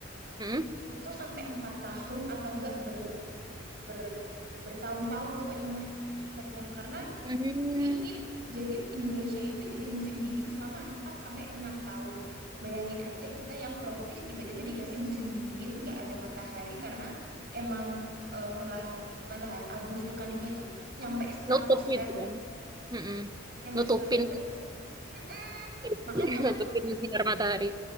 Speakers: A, on the right (about 20°); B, on the right (about 55°).
A: Mm-mm.
B: itu sampai empat tahun atau enggak ber, ber bertahun-tahun pokoknya mah efeknya karena
A: Hmm.
B: Dingin. Jadi Indonesia itu jadi musim dingin selama 4 sampai 6 tahun. Bayangin aja kita yang tropis tiba-tiba dikasih musim dingin, nggak ada matahari karena emang eh, lahar bukan lahar abu vulkaniknya itu nyampe stratosfer,
A: Nutupin itu kan. Mm-mm.
B: nyampe
A: Nutupin
B: stratosfer. Mm-mm.
A: <laughs>
B: Makanya
A: nutupin
B: kan
A: sinar matahari.